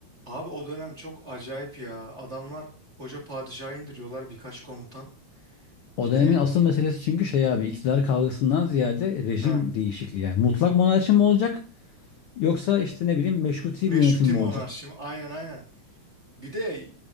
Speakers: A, on the right; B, on the left.
A: Abi o dönem çok acayip ya. Adamlar koca padişahı indiriyorlar birkaç komutan.
B: O
A: Bir
B: dönemin
A: de
B: asıl meselesi çünkü şey abi iktidar kavgasından ziyade rejim
A: ha,
B: değişikliği. Yani mutlak monarşi mi olacak yoksa işte ne bileyim meşruti
A: meşruti
B: bir yönetim mi
A: monarşi
B: olacak?
A: mi? Aynen aynen. Bir de